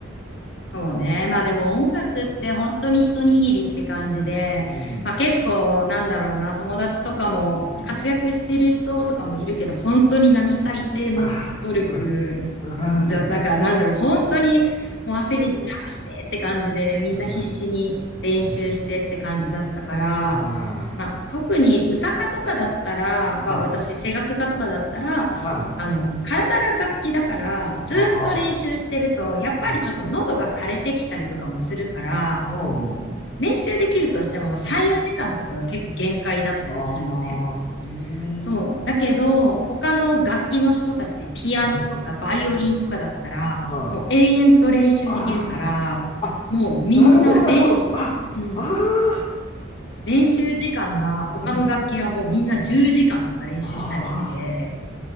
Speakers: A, on the left (about 60°); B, on the left (about 25°).
A: そうね。まあでも音楽って本当に一握りって感じで、
B: うん、
A: まあ結構なんだろうな、友達とかも活躍してる人とかもいるけど、
B: うん、
A: 本当に並大抵の努力
B: ああ、うん、
A: じゃ、なんかなんだろう、
B: うん、な
A: 本当にもう汗水垂らしてって感じで、みんな必死に練習してって感じだったから、
B: あー、ねあー、
A: まあ特に歌家とかだったら、
B: はあ、
A: まあ私声楽家とかだったら、
B: はい、
A: あの、体が楽器だから、ずっと練習してると、
B: ああ、
A: やっぱりちょっと喉が枯れてきたりとかもするから、
B: うん、うん
A: 練習できるとしても、まあ、3、4時間とかが結構限界だったりするのね。
B: ああ、うー
A: そう。
B: ん、
A: だけど、他の楽器の人たち、ピアノとかバイオリンとかだったら、
B: うん、うん、は
A: もう永遠と練習できるから、
B: あ、ああ、あ、
A: もうみんな練習、
B: なるほど、なるほど。あ、
A: うん、
B: ああ、
A: 練習時間が、他の楽器はもうみんな10時間とか練習したりしてて、
B: うん。あ